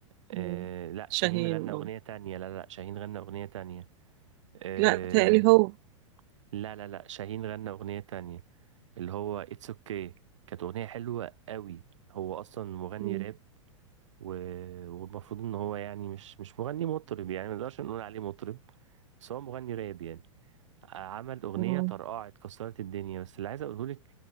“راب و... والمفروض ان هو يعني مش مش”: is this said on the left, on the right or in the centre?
Right